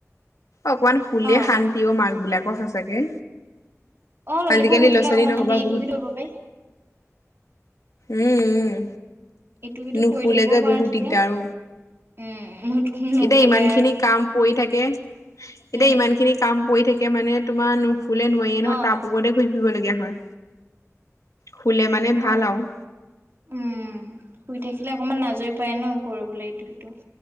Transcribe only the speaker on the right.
অ'।
অ', ল'ৰা ছোৱালীবোৰ
শুই থাকিলে
অকমান
শান্তি ইটো
সিটো কৰিব পাৰি
ইটো সিটো
কৰি থাকিবও
পাৰা
তেতিয়া
উম, নুশুলে
আৰু
উম,
অ',
অ'।
উম শুই থাকিলে অকমান আজৰি পায় ন কৰিবলৈ ইটো সিটো।